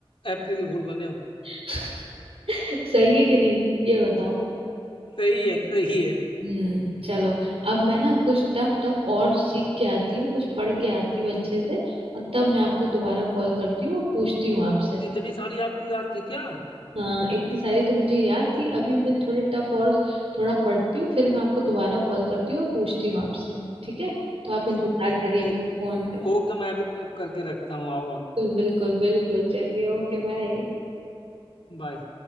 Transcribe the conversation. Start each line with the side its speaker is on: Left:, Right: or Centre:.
Left: अप्रैल फूल बने हो
Right: <laughs> सही है कि नहीं ये बताओ
Left: सही है सही है
Right: हम्म चलो अब मैं ना कुछ टफ टफ और सीख के आती हूँ कुछ पढ़ के आती हूँ अच्छे से और तब मैं आपको दोबारा कॉल करती हूँ और पूछती हूँ आपसे
Left: तो इतनी सारी आपको याद थी क्या
Right: हाँ इतनी सारी तो मुझे याद थी अभी मैं थोड़े टफ और थोड़ा पढ़ती हूँ फिर मैं आपको दोबारा कॉल करती हूँ और पूछती हूँ आपसे ठीक है तो आप
Left: <laughs>
Right: इंतजार करिए मेरे
Left: ओके
Right: फोन का
Left: ओके मैं भी प्रेप करके रखता हूँ आओ आप
Right: बिल्कुल बिल्कुल बिल्कुल चलिए ओके बाय
Left: बाय